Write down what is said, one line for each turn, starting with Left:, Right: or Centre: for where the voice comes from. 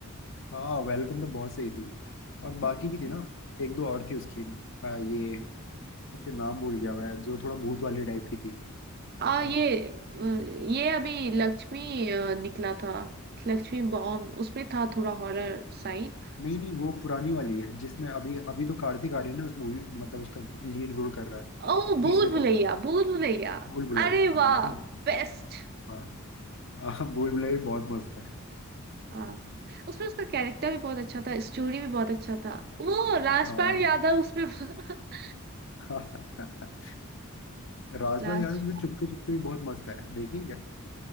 Left: हाँ वेलकम तो बहुत सही थी और
Right: हम्म।
Left: बाकी भी थी ना एक दो और थी उसकी आ, ये उसके नाम भूल गया मैं जो थोड़ा भूत वाली टाइप की थी
Right: आ
Left: आ,
Right: ये ये अभी लक्ष्मी अ, निकला था लक्ष्मी बॉम्ब उसमें था थोड़ा हॉरर साइड
Left: नहीं नहीं वो पुरानी वाली है जिसमें अभी अभी तो कार्तिक आर्यन है उस मूवी मतलब उसका लीड रोल कर रहा है
Right: ओ भूल
Left: तीसरे
Right: भुलैया
Left: पार्ट में
Right: भूल भुलैया
Left: भूल भुलैया
Right: अरे
Left: हाँ
Right: वाह
Left: कि-
Right: बेस्ट
Left: हाँ हाँ, भूल भुलैया भी बहुत मस्त है
Right: हाँ उसमें उसका कैरेक्टर भी बहुत अच्छा था स्टोरी भी बहुत अच्छा था वो राजपाल
Left: हाँ
Right: यादव उसमें <laughs>
Left: हाँ <laughs> राजपाल
Right: लास्ट
Left: यादव की तो चुपके चुपके भी बहुत मस्त है देखिए क्या